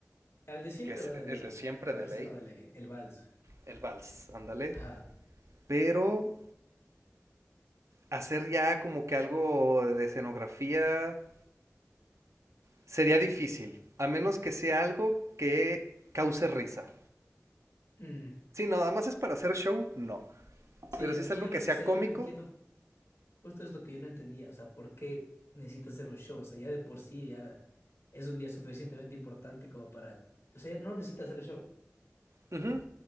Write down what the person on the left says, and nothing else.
El de siempre
va de
ley,
ajá,
ese
va de ley, el vals,
ajá.
Mm,
Sí,
es
que
yo no,
o sea,
yo no entiendo. Justo es lo que yo no entendía, o sea, ¿por qué necesitas hacer un show? O sea, ya de por sí ya es un día suficientemente importante como para... O sea, ya no necesitas hacer el show.